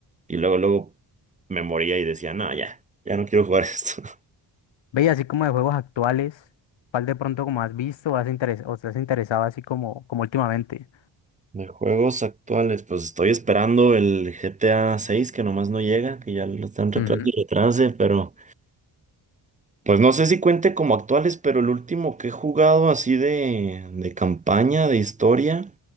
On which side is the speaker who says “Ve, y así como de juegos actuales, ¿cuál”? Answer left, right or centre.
Left